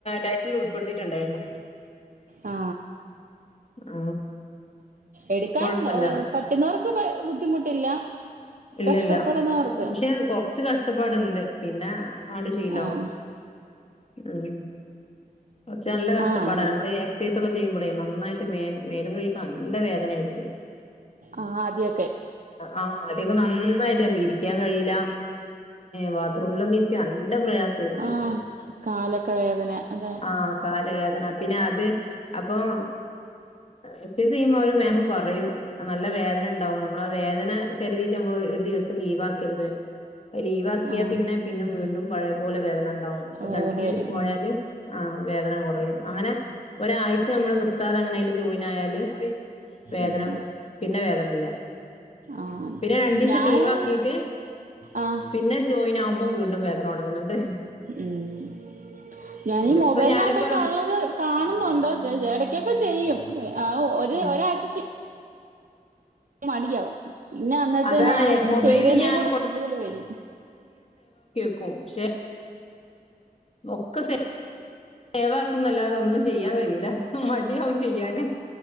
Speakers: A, on the left; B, on the right.
A: ഡയറ്റിൽ ഉൾപ്പെടുത്തിയിട്ടുണ്ടായിരുന്നു.
B: ആ
A: ആ
B: എടുക്കാൻ
A: കൊഴപ്പില്ല
B: പറ്റുന്നവർക്ക് ബുദ്ധിമുട്ടില്ല
A: ഇല്ലല്ല
B: കഷ്ടപ്പെടുന്നവർക്ക്
A: പക്ഷെ കൊറച്ച് കഷ്ടപ്പാടുണ്ട് പിന്നെ അവിടെ ശീലമാകും
B: ആഹ്
A: ഉം. കുറച്ച് നല്ല കഷ്ടപ്പാടാ
B: ആഹ്
A: നമ്മള് എക്സൈസ്ഒക്കെ ചെയ്യുമ്പോഴേ നനായിട്ട് മേ മേലും കഴിക്കാ നല്ല വേദന ആായിരിക്കും
B: ആഹ് ആദ്യൊക്കെ
A: ആ നന്നായിട്ട് ഇരിക്ക കഴിയില്ല ബാത്റൂമിലൊക്കെ ഇരിക്കാൻ നല്ല പ്ര സമായിരിക്കും
B: ആഹ് കാലൊക്കെ വേദന അതെ
A: ആ കാല് വേദ അ പിന്നെ അത് അപ്പം എക്സൈസ് ചെയ്യുമ്പോ അവര് മാം പറയും നല്ല വേദന ഉണ്ടാവും നമ്മൾ ആ വേദന കരുതീട്ട ഒരു ദിവസം ലീവാക്കരുത് ലീവ്ക്കിയാ
B: ആഹ്
A: പിന്നെ പിന്നെ വീണ്ടും പഴയ പോല വേദന ഉണ്ട് ണ്ടാവും പക്ഷേകണ്ടിന്യൂ
B: വേദന
A: ആയിട്ട്
B: വരും
A: പോയാല്
B: ഉം
A: ആ വേദന കുറയും അങ്ങനെ ഒരാഴ്ച നമ്മള് നിർത്താതെ അങ്ങനതില് ജോയിൻ ആയാല് വേദന
B: ഉം
A: പിന്നെ വേദന ഇല്ല
B: ആഹ്
A: പിന്നെ രണ്ടു ദിവസം
B: ഞാന്
A: ലീവ് ആക്കിട്ട്
B: ആഹ്
A: പിന്നെ ജോയിൻ ആവു ഇപ്പം വീണ്ടും വേദന തുടങ്ങുന്നിണ്ട്.
B: ഉം ഞാനീ മൊബൈലിനകത്തൊക്കെ
A: ഇപ്പൊ ഞാനിപ്പ
B: ഒള്ളത് കാണുന്നുണ്ട് <unintelligible> എടയ്ക്കൊക്കെ ചെയ്യും, ആ ഒ
A: ഉം
B: ഒരാഴ്ച്ച ചെ മടിയാവും. പിന്നെ അന്നത്തേനും
A: അതാണ്
B: ആ
A: മൊബൈലില്
B: ചെയ്തേന്റെ
A: ഞാൻ
B: കൂടെ കൂടുതല് വരും.
A: ക്കും പ്ഷേ ഒക്കെ സേവാക്കുന്നല്ലാതെ ഒന്നും ചെയ്യാൻ കഴിയൂല മടിയാവും ചെയ്യാന്